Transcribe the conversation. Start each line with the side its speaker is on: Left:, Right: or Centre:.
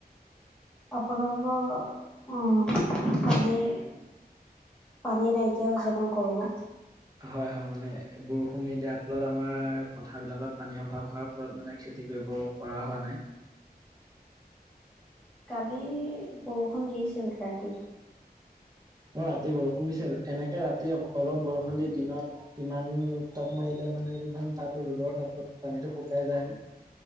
Centre: আপোনালোকৰ উম পানী পানী নাইকিয়া হৈছে ন গৰমত
Right: হয় হয় মানে বৰষুণ নিদিয়াৰ ফলত আমাৰ পথাৰ বিলাকত পানীৰ অভাৱ হোৱাৰ ফলত মানে খেতি কৰিব পৰা হোৱা নাই
Centre: কালি বৰষুণ দিছিল ৰাতি
Right: অ' ৰাতি বৰষুণ দিছিল এনেকে ৰাতি অলপ বৰষুণ দি দিনত ইমান উত্তাপ মাৰিলে মানে ইমান তাপ ৰ'দৰ তাপত পানীটো শুকাই যায়